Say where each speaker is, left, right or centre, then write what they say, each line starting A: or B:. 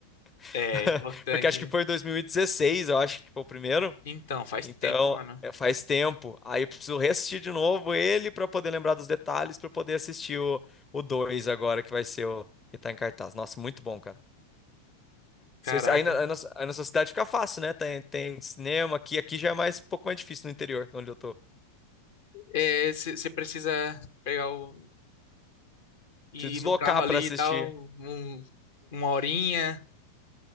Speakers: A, on the left (about 20°); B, on the left (about 55°).
A: <laughs>
B: é importante.
A: porque acho que
B: né?
A: foi em 2016, eu acho que foi o primeiro.
B: Então, faz
A: Então,
B: tempo, mano.
A: é, faz tempo. Aí eu preciso reassistir de novo ele pra poder lembrar dos detalhes, pra eu poder assistir o, o 2 agora, que vai ser o que tá em cartaz. Nossa, muito bom, cara.
B: Caraca.
A: Se- se- Aí na, aí na, aí na sua cidade fica fácil, né? Tem, tem cinema aqui, aqui já é mais, um pouco mais difícil no interior, onde eu tô.
B: É, você precisa pegar o.
A: Preciso
B: ir
A: deslocar
B: ir no carro ali
A: pra assistir.
B: e tal, um- uma horinha.